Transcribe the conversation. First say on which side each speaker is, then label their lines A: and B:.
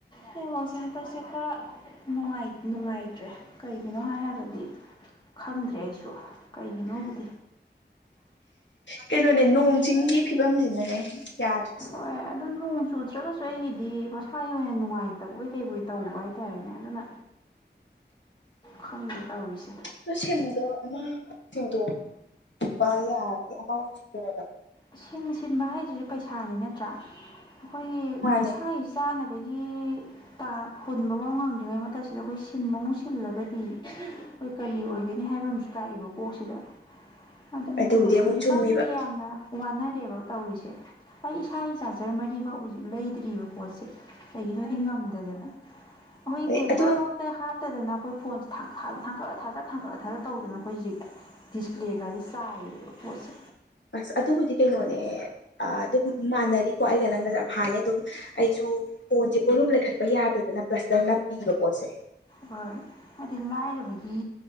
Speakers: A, on the left; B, on the left.
A: ꯅꯦꯠꯋꯥꯛꯁꯦ ꯍꯟꯇꯛꯁꯦ ꯈꯔ ꯅꯨꯡꯉꯥꯏ ꯅꯨꯡꯉꯥꯏꯇ꯭ꯔꯦ ꯀꯩꯒꯤꯅꯣ ꯍꯥꯏꯔꯒꯗꯤ ꯈꯪꯗ꯭ꯔꯦ ꯑꯩꯁꯨ ꯀꯩꯒꯤꯅꯣꯕꯨꯗꯤ
B: ꯀꯩꯅꯣꯅꯦ ꯅꯣꯡ ꯆꯤꯡꯒꯤ ꯐꯤꯕꯝꯁꯤꯅꯅꯦ ꯌꯥꯗ꯭ꯔꯤꯁꯦ
A: ꯍꯣꯏ ꯑꯗꯨ ꯅꯣꯡ ꯆꯨꯗ꯭ꯔꯒꯁꯨ ꯑꯩꯒꯤꯗꯤ ꯃꯁꯥꯒꯤ ꯑꯣꯏꯅ ꯅꯨꯡꯉꯥꯏꯇꯕꯣꯏ ꯀꯩꯕꯣꯏ ꯇꯧꯕ ꯍꯥꯏꯇꯥꯔꯦꯅꯦ ꯑꯗꯨꯅ ꯈꯪꯗ ꯇꯧꯔꯤꯁꯦ
B: ꯑꯗꯣ ꯁꯤꯝꯗꯣ ꯑꯃ ꯁꯤꯟꯗꯣꯛꯄ ꯌꯥꯔꯗꯤ ꯑꯃ ꯑꯣꯏꯅ ꯁꯤꯟꯗꯣꯛꯑꯣꯗꯅ
A: ꯁꯤꯝ ꯁꯤꯟꯕ ꯍꯥꯏꯁꯤꯁꯨ ꯄꯩꯁꯥꯅꯤ ꯅꯠꯇ꯭ꯔꯥ ꯑꯩꯈꯣꯏꯒꯤ
B: ꯃꯥꯅꯦ
A: ꯏꯁꯥꯒꯤ ꯇꯥꯅꯕꯒꯤ ꯥ ꯇꯥ ꯍꯨꯟꯕꯕꯧ ꯉꯝꯗ꯭ꯔꯤꯉꯩ ꯃꯊꯛꯁꯤꯗ ꯑꯩꯈꯣꯏ ꯁꯤꯝ ꯑꯃꯨꯛ ꯁꯤꯜꯂꯒꯗꯤ ꯑꯩꯈꯣꯏ ꯀꯔꯤ ꯑꯣꯏꯒꯅꯤ ꯍꯥꯏꯕ ꯑꯃꯁꯨ ꯂꯥꯛꯏꯕ ꯀꯣꯛꯁꯤꯗ ꯑꯗꯨꯅꯤꯗ
B: ꯑꯗꯨꯕꯨꯗꯤ
A: ꯄꯣꯠꯁꯦ
B: ꯑꯃꯨꯛ
A: ꯍꯧꯖꯤꯛꯀꯥꯟꯗꯤ
B: ꯆꯨꯝꯃꯤꯕ
A: ꯌꯥꯝꯅ ꯋꯥꯅꯔꯦꯕ ꯇꯧꯔꯤꯁꯦ ꯑꯩ ꯏꯁꯥꯒꯤ ꯆꯥꯔꯖ꯭ꯔ ꯃꯔꯤꯕꯧ ꯍꯧꯖꯤꯛ ꯂꯩꯗ꯭ꯔꯤꯕ ꯄꯣꯠꯁꯦ ꯀꯩꯒꯤꯅꯣꯗꯤ ꯉꯝꯗꯗꯅ ꯑꯩꯈꯣꯏ
B: ꯑꯩ
A: ꯇꯦꯝꯄꯔ
B: ꯑꯗꯣ
A: ꯕꯧꯗ ꯍꯥꯞ ꯐꯠꯇꯗꯅ ꯑꯩꯈꯣꯏ ꯐꯣꯟꯁꯦ ꯊꯥꯡ ꯊꯥꯡꯀꯠꯂ ꯊꯥꯗ ꯊꯥꯡꯀꯠꯂ ꯊꯥꯗ ꯇꯧꯗꯅ ꯑꯩꯈꯣꯏ ꯍꯧꯖꯤꯛ ꯗꯤꯁꯄ꯭ꯂꯦꯒꯖꯦ ꯆꯥꯏꯔꯦꯕ ꯞꯣꯠꯁꯦ
B: ꯑꯁ ꯑꯗꯨꯕꯨꯗꯤ ꯀꯩꯅꯣꯅꯦ ꯑ ꯑꯗꯨꯝ ꯃꯥꯟꯅꯔꯤꯀꯣ ꯑꯩꯒ ꯅꯪꯒꯖꯦ ꯑꯝꯍꯥꯅꯦ ꯑꯗꯨꯝ ꯑꯩꯁꯨ ꯐꯣꯟꯁꯦ ꯄꯣꯂꯨꯝ ꯂꯩꯈꯠꯄ ꯌꯥꯗꯗꯅ ꯄ꯭ꯂꯁꯇ꯭ꯔ ꯅꯞꯄꯤꯕ ꯄꯣꯠꯁꯦ
A: ꯍꯣꯏ ꯍꯥꯏꯗꯤ ꯂꯥꯏꯔꯕꯒꯤ